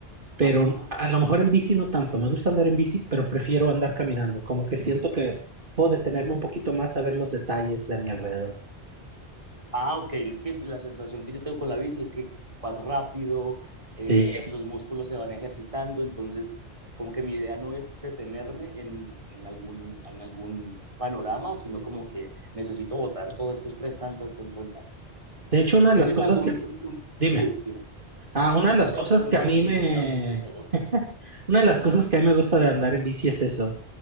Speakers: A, on the right (about 50°); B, on the right (about 30°).
A: pero
B: ajá.
A: a lo mejor en bici no tanto. Me gusta andar en bici, pero prefiero andar caminando. Como que siento que puedo detenerme un poquito más a ver los detalles de mi alrededor.
B: Ah, ok. Es que la sensación que yo tengo con la bici es que vas rápido,
A: Sí.
B: eh, los músculos se van ejercitando, entonces como que mi idea no es detenerme en, en algún, en algún panorama, sino como que necesito botar todo este estrés, tan, tan, tan, tan, tan.
A: De hecho, una de
B: ¿Tienes
A: las cosas
B: algún,
A: que,
B: un- un-
A: dime,
B: Sí, dime.
A: ah, una de
B: No
A: las
B: te
A: cosas
B: iba a preguntar
A: que a mí
B: que si
A: me,
B: tenía otro tercero.
A: <laughs> una de las cosas que a mí me gusta de andar en bici es eso,